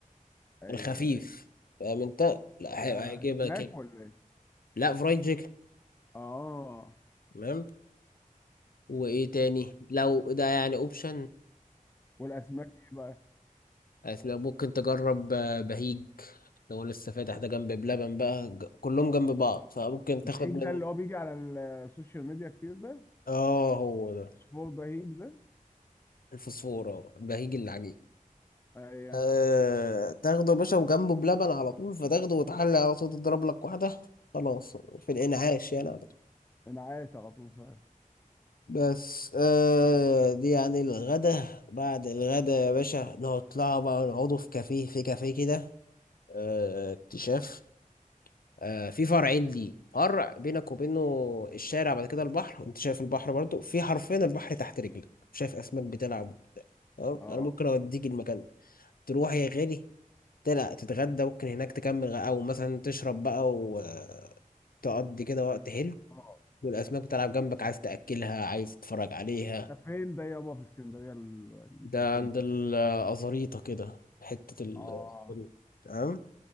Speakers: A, on the left (about 15°); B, on the left (about 85°).
A: اي
B: الخفيف
A: اي
B: فاهم انت لا هي-
A: آه
B: هيجيبها
A: اسماك
B: كده
A: ولا ايه
B: لا فرايد تشيكن
A: اه
B: تمام وايه تاني لو ده يعني اوبشن
A: والاسماك ايه بقى
B: ممكن تجرب آه، بهيج لو لسه فاتح ده جنب بلبن بقى ج- كلهم جنب بعض فممكن تاخد
A: بهيج
B: من
A: ده اللي هو بيجي على السوشيال ميديا كتير ده
B: اه هو ده
A: فول بهيج ده
B: الفوسفور اه بهيج العجيب
A: ايوه
B: أه... تاخده يا باشا وجنبه بلبن على طول فتاخده وتحلي على طول تضرب لك واحدة خلاص في
A: آه.
B: الإنعاش يعني على طول
A: انا عايش على طول فعلا
B: بس أه... دي يعني الغدا بعد الغدا يا باشا نطلع بقى نقعدوا في كافيه في كافيه كده أه... اكتشاف أه... في فرعين ليه فرع بينك وبينه الشارع بعد كده البحر وانت شايف البحر برضو في حرفين البحر تحت رجلك شايف أسماك بتلعب تمام؟
A: اه
B: انا ممكن
A: اه
B: اوديك المكان ده تروح يا غالي تلا تتغدى ممكن هناك تكمل غ- او مثلا تشرب بقى وتقضي كده وقت حلو
A: آه.
B: والاسماك بتلعب جنبك عايز تاكلها عايز تتفرج عليها
A: ده فين ده يابا في اسكندريه ال-
B: ده
A: الكافيه
B: عند
A: ده
B: الازاريطه كده حته ال
A: اه
B: <laughs> تمام